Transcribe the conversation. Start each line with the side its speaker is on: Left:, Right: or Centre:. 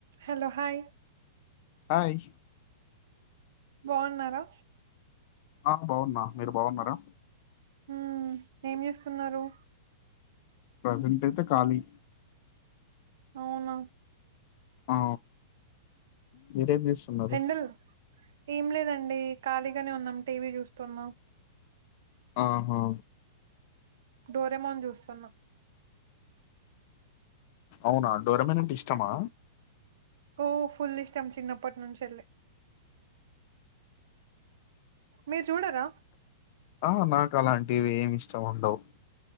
Right: Hello hi
Left: hi
Right: బాగున్నారా
Left: ఆ బాగున్న మీరు బాగున్నారా
Right: ఉ ఏం చేస్తున్నారు
Left: ప్రజెంట్ అయితే ఖాళీ
Right: అవునా
Left: అ మీరేం చేస్తున్నారు
Right: ఎండల్ ఏం లేదండి ఖాళీగానే ఉన్నాం టీవీ చూస్తున్నాం
Left: ఆహా
Right: డోరేమోని చూస్తున్నా
Left: అవునా డరమంటి ఉత్తమా
Right: ఓ ఫుల్ ఇష్టం చిన్నప్పటి నుంచి వెళ్ళి మీరు చూడరాా
Left: ఆ నాకు అలాంటివి ఏమి ఇష్టం ఉండవు